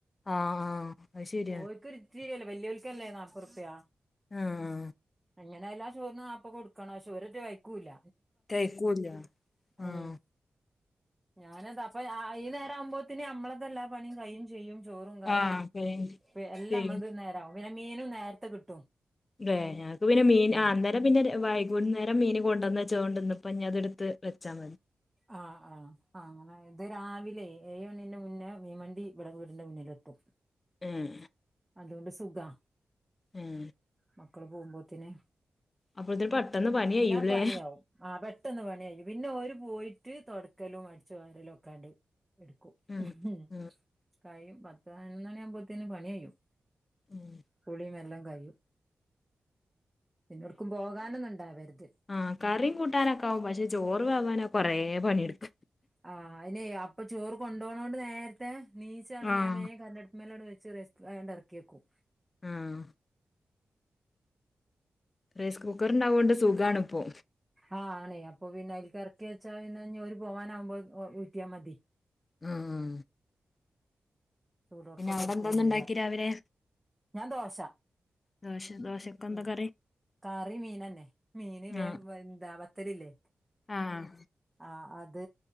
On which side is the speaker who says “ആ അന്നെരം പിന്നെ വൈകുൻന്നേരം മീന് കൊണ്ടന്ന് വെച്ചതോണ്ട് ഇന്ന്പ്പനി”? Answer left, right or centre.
Left